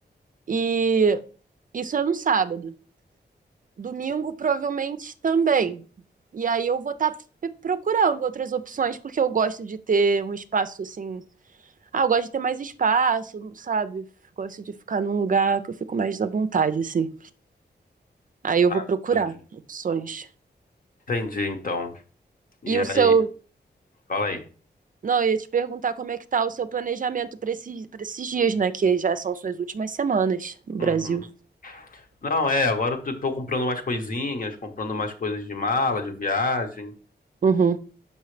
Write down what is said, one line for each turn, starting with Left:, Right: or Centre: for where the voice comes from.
Right: E isso é no sábado. Domingo, provavelmente também. E aí eu vou estar procurando outras opções, porque eu gosto de ter um espaço assim. Ah, eu gosto de ter mais espaço, sabe? Gosto de ficar num lugar que eu fico mais à vontade, assim. Aí eu
Left: Ah,
Right: vou procurar
Left: entendi.
Right: opções.
Left: Entendi, então. E
Right: E
Left: aí,
Right: o seu.
Left: fala aí.
Right: Não, eu ia te perguntar como é que tá o seu planejamento para esses, para esses dias, né? Que já são suas últimas semanas no Brasil.
Left: Uhum. Não, é, agora eu tô tô comprando mais coisinhas, comprando mais coisas de mala, de viagem.
Right: Uhum.